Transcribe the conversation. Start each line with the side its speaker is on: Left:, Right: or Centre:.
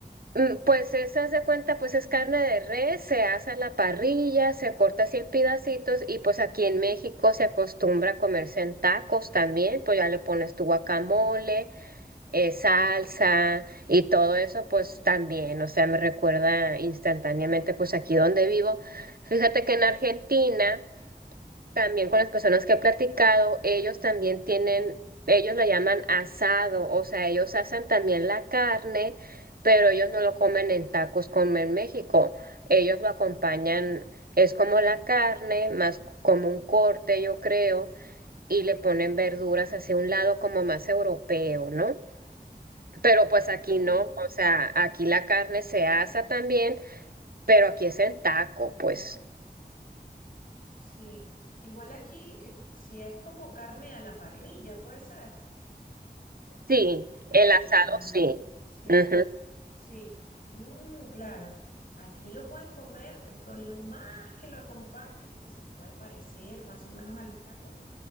Right: Mm, Pues esa se cuenta, pues es carne de res, se asa a la parrilla, se corta así en pedacitos y pues aquí en México se acostumbra a comerse en tacos también, pues ya le pones tu guacamole, eh, salsa y todo eso pues también, o sea, me recuerda instantáneamente pues aquí donde vivo. Fíjate que en Argentina... También con las personas que he platicado, ellos también tienen, ellos lo llaman asado, o sea, ellos hacen también la carne, pero ellos no lo comen en tacos como en México. Ellos lo acompañan, es como la carne, más como un corte, yo creo, y le ponen verduras hacia un lado como más europeo, ¿no? Pero pues aquí
Left: Sí,
Right: no, o sea, aquí la carne se asa también, pero aquí es en taco, pues.
Left: sí. Igual aquí, eh, si es como carne a la parrilla, puede ser.
Right: Sí,
Left: La,
Right: el asado
Left: el- el-
Right: sí.
Left: sí,
Right: Ujú.
Left: sí. Mm, claro. Aquí lo pueden comer eh, con lo más que lo acompañen, que se puede parecer más o menos a los tacos,